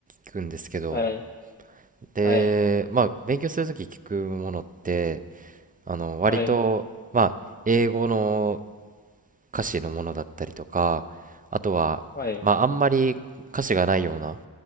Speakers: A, on the right; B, on the left.
A: 聞くんですけど。
B: はい、
A: で、
B: はい、
A: まあ、勉強するとき聞くものって、あの、割と、
B: はい、
A: まあ、英語の歌詞のものだったりとか、あとは、
B: はい、
A: まあ、あんまり歌詞がないような、